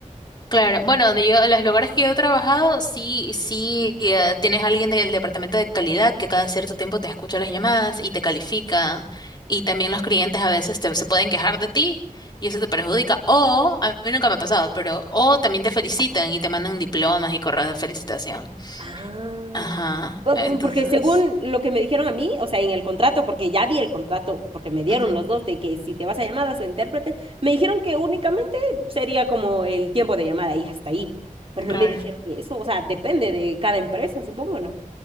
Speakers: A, on the left (about 30°); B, on the right (about 45°).
A: Claro, bueno, donde yo, los lugares que yo he trabajado, sí, sí, eh, tienes alguien del departamento de calidad que cada cierto tiempo te escucha las llamadas y te califica, y también los clientes a veces te, se pueden quejar de ti y eso te perjudica, o, a mí nunca me ha pasado, pero, o también te felicitan y te mandan diplomas y correos de felicitación.
B: Ah,
A: Ajá,
B: po-
A: entonces,
B: po- porque según lo que me dijeron a mí, o sea, en el contrato, porque ya vi el contrato, porque me dieron
A: ujú,
B: los dos de que si te vas a llamadas o intérprete, me dijeron que únicamente sería como el tiempo de llamada y hasta ahí. Pero
A: claro.
B: no me dijeron eso, o sea, depende de cada empresa, supongo, ¿no?